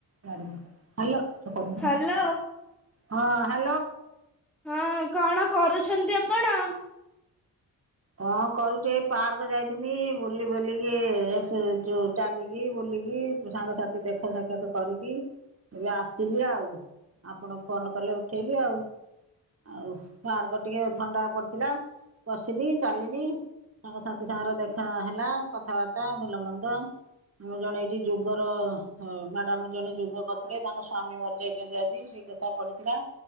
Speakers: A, on the right (about 35°); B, in the centre.
A: Hello ହଁ hello.
B: hello ହଁ କଣ କରୁଛନ୍ତି ଆପଣ?
A: କଣ କରୁଚି ଏ ପାର୍କ ଯାଇଥିନି ବୁଲି ବାଲିକି ଆସି ଯୋଉ ଚାଲିକି ବୁଲିକି ସାଙ୍ଗସାଥି ଦେଖା ସାକ୍ଷାତ କରିକି ଏବେ ଆସିଲି ଆଉ। ଆପଣ ଫୋନ କଲେ ଉଠେଇଲି ଆଉ ଆଉ ପାର୍କ ଟିକେ ଥଣ୍ଡା ପଡିଥିଲା। ଠିନି ଚାଲିନି ସାଙ୍ଗସାଥି ସାଙ୍ଗରେ ଦେଖା ହେଲା କଥାବାର୍ତ୍ତା ଭଲ ମନ୍ଦ। ମୋ ଜଣେ ଏଇଠି ଯୁଦ୍ଧ ର ମ୍ୟାଡାମ ହ ଜଣେ ଯୁଦ୍ଧ କରୁଥିଲେ ତାଙ୍କ ସ୍ଵାମୀ ମରି ଯାଇଚନ୍ତି ଆଜି ସେ <unintelligible> ପଢିଥିଲା।